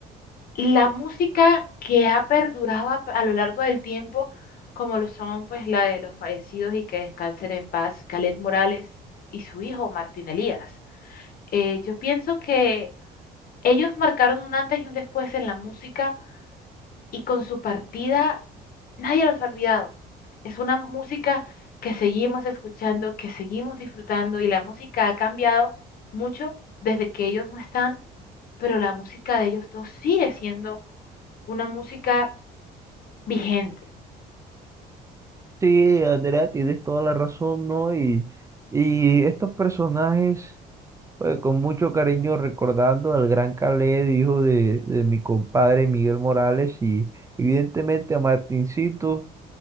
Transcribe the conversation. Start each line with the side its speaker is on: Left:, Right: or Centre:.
Left: la música que ha perdurado a, a lo largo del tiempo, como lo son pues la de los fallecidos y que descansen en paz, Calet Morales y su hijo Martín Elías. Eh, yo pienso que Ellos marcaron un antes y un después en la música y con su partida nadie los ha olvidado. Es una música que seguimos escuchando, que seguimos disfrutando y la música ha cambiado mucho desde que ellos no están, pero la música de ellos dos sigue siendo una música vigente.
Right: Sí, Andrea, tienes toda la razón, ¿no? Y, y estos personajes, pues, con mucho cariño recordando al gran Khaled, hijo de, de mi compadre Miguel Morales, y evidentemente a Martincito,